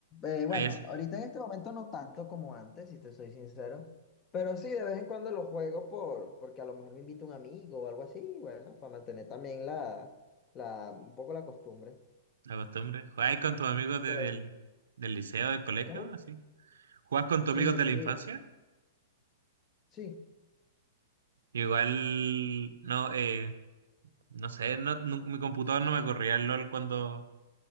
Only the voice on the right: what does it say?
Ahí es.
La costumbre. ¿Jugáis con tus amigos de-
del, del liceo, del colegio?
Así. ¿Juegas con
tus amigos de
la infancia?
Igual, no, eh, no sé, no, nu- mi computador no me corría el LOL cuando,